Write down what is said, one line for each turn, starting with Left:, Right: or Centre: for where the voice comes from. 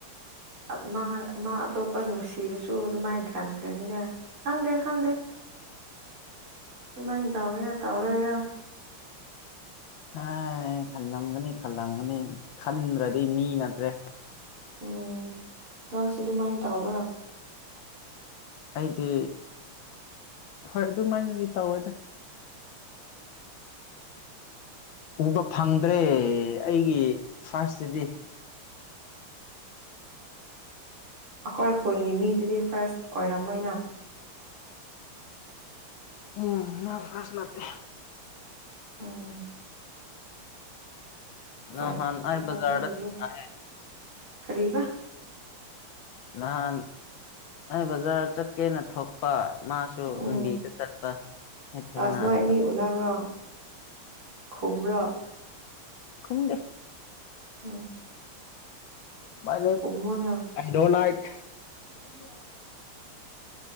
Right: ꯑꯠ ꯃꯥ ꯃꯥ ꯑꯇꯣꯞꯄ ꯅꯨꯡꯁꯤꯔꯁꯨ ꯑꯗꯨꯃꯥꯏꯅ ꯈꯟꯈ꯭ꯔꯅꯤꯗ ꯈꯪꯗꯦ ꯈꯪꯗꯦ
Left: <unintelligible>
Right: ꯑꯗꯨꯃꯥꯏ ꯇꯧꯔꯤꯔ ꯇꯧꯔꯣꯏꯔ
Left: ꯍꯥꯏ ꯈꯜꯂꯝꯒꯅꯤ ꯈꯜꯂꯝꯒꯅꯤ ꯈꯟꯗ꯭ꯔꯗꯤ ꯃꯤ ꯅꯠꯇ꯭ꯔꯦ
Right: ꯎꯝ ꯅꯪꯁꯨ ꯑꯗꯨꯃꯥꯏꯅ ꯇꯧꯕ꯭ꯔꯥ
Left: ꯑꯩꯗꯤ ꯍꯣꯏ ꯑꯗꯨꯃꯥꯏꯅꯗꯤ ꯇꯧꯋꯦꯗ
Right: <unintelligible>
Left: ꯎꯕ ꯐꯪꯗ꯭ꯔꯦ ꯑꯩꯒꯤ ꯐꯥꯔꯁꯇꯗꯤ
Right: ꯑꯈꯣꯏ ꯈꯨꯟꯒꯤ ꯃꯤꯗꯨꯗꯤ ꯐꯥꯔꯁ ꯑꯣꯏꯔꯝꯃꯣꯏꯅ
Left: ꯎꯝ ꯅ ꯐꯔꯁ ꯅꯠꯇꯦ
Right: ꯎꯝ
Left: ꯅꯍꯟ
Right: ꯑꯣꯏꯔꯝꯃꯣꯏꯕ
Left: ꯑꯩ ꯕꯥꯖꯔ
Right: ꯑꯗꯨꯕꯨꯗꯤ
Left: ꯊꯦꯡꯅꯩꯌꯦ
Right: ꯀꯔꯤꯕ
Left: ꯅꯍꯥꯟ ꯑꯩ ꯕꯖꯥꯔ ꯆꯠꯀꯦꯅ ꯊꯣꯛꯄ ꯃꯥꯁꯨ
Right: ꯎꯝ
Left: ꯂꯝꯕꯤꯗ ꯆꯠꯄ ꯊꯦꯡꯅꯕ
Right: ꯑꯁ ꯅꯣꯏ ꯑꯅꯤ ꯎꯅꯕ꯭ꯔꯣ ꯈꯨꯝꯕ꯭ꯔꯣ
Left: ꯈꯨꯝꯗꯦ
Right: ꯑꯣ
Left: ꯃꯥꯏ ꯂꯐ
Right: ꯈꯨꯝꯃꯣꯅ
Left: ꯑꯥꯏ ꯗꯣꯟ ꯂꯥꯏꯛ
Right: <inaudible>